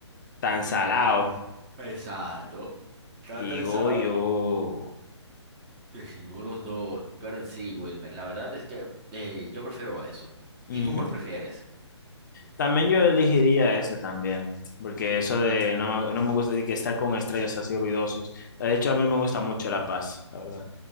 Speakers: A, on the left (about 40°); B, on the right (about 20°).
A: tan salado
B: Exacto. Está
A: Digo
B: tan salado.
A: yo.
B: Decimos los dos, pero en sí, Wilmer, la verdad es que eh, yo prefiero eso.
A: Ujú.
B: ¿Y tú cuál prefieres?
A: También yo elegiría ese también, porque eso de no me, no me gusta de que estar con estrellas así ruidosos. De hecho, a mí me gusta mucho la paz, la verdad.